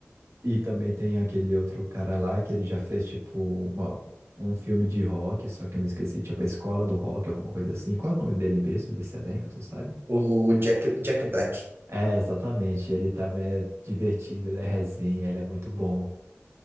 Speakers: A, on the right (about 75°); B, on the right (about 55°).
A: e também tem aquele outro cara lá que ele já fez tipo uma- um filme de rock, só que eu me esqueci, tipo a Escola do Rock, alguma coisa assim. Qual é o nome dele mesmo, desse elenco, tu sabe?
B: O Jack, Jack Black.
A: É, exatamente. Ele tava é, divertido, ele é resenha, ele é muito bom.